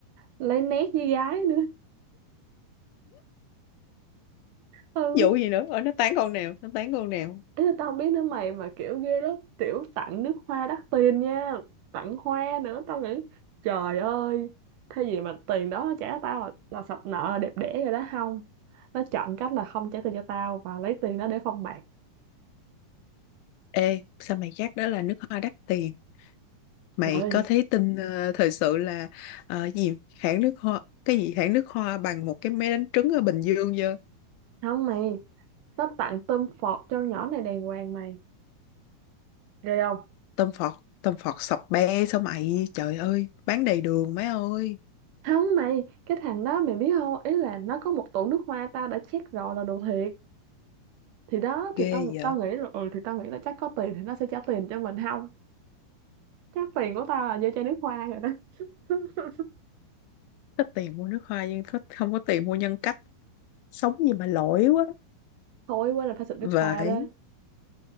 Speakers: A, on the right (about 75°); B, on the left (about 80°).
A: lấy nét với gái nữa. Ừ.
B: vụ gì nữa ở nó tán con nào nó tán con nào
A: Ý là tao không biết nữa mày mà kiểu ghê lắm. Tiểu tặng nước hoa đắt tiền nha. Tặng hoa nữa tao nghĩ trời ơi. Thế gì mà tiền đó nó trả tao là, là sập nợ là đẹp đẽ rồi đó không? Nó chọn cách là không trả tiền cho tao và lấy tiền đó để phong bạc.
B: ê sao mày chắc đó là nước hoa đắt tiền mày
A: Trời
B: có thấy tin ờ, thời sự là ờ, gì hãng nước hoa cái gì hãng nước hoa bằng một cái máy đánh trứng ở Bình Dương chưa
A: Không mày, nó tặng tôm phọt cho nhỏ này đàng hoàng mày. Ghê không?
B: tôm phọt tôm phọt sập be sao mày trời ơi bán đầy đường mấy ơi
A: không mày cái thằng đó mày biết không ý là nó có một tủ nước hoa tao đã check rồi là đồ thiệt thì đó
B: ghê
A: thì tao
B: vậy
A: tao nghĩ là ừ thì tao nghĩ là chắc có tiền thì nó sẽ trả tiền cho mình không chắc tiền của tao là vô chai nước hoa rồi đó <laughs>
B: có tiền mua nước hoa nhưng có- không có tiền mua nhân cách sống gì mà lỗi quá
A: thôi quên là phải xịt nước
B: vậy
A: hoa đó